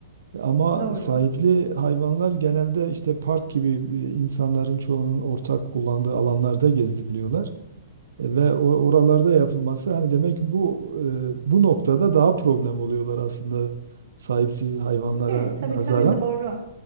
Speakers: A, on the right (about 85°); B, on the right (about 45°).
A: Ama
B: Doğru.
A: sahipli hayvanlar genelde işte park gibi e, insanların çoğunun ortak kullandığı alanlarda gezdiriliyorlar E, ve or- oralarda yapılması hani demek ki bu e, bu noktada daha problem oluyorlar aslında sahipsiz hayvanlara
B: Tabii, tabii,
A: nazaran.
B: tabii doğru.